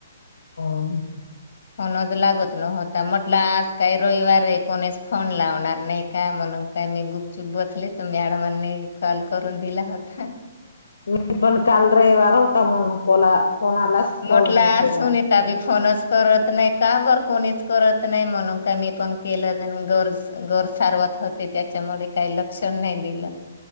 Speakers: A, on the left; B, on the left.
A: <inaudible>
B: फोनच लागत नव्हता म्हटलं आज काही रविवार आहे कोणीच फोन लावणार नाही का म्हणून काय मी गुपचुप बसली तर मॅडमांनी कॉल करून दिला होता.
A: मी पण काल रविवार होता म्हणू कोनाला कोणालाच कॉल
B: म्हटलं
A: नाही केला.
B: असून येत त्या बी फोनच करत नाही का बरं कोणीच करत नाही म्हणून का मी पण केलं गरज घर सावरत होते त्याच्यामुळे काही लक्ष नाही दिलं.